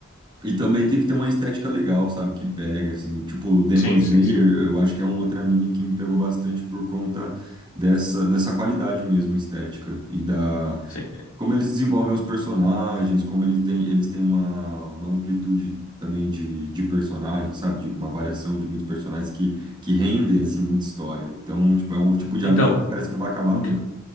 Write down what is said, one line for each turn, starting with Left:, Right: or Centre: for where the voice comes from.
Right: E também tem que ter uma estética legal, sabe? Que pega, assim. Tipo, Demon
Left: Sim,
Right: Slayer,
Left: sim, sim.
Right: eu acho que é um outro anime que me pegou bastante por conta dessa, dessa qualidade mesmo estética. E da
Left: Sim.
Right: como eles desenvolvem os personagens, como ele tem, eles têm uma, uma amplitude também de, de personagens, sabe? De uma variação de muitos personagens que, que rendem, assim, muita história. Então, tipo, é um tipo de
Left: Então,
Right: anime que parece que não vai acabar
Left: o
Right: nunca.
Left: que,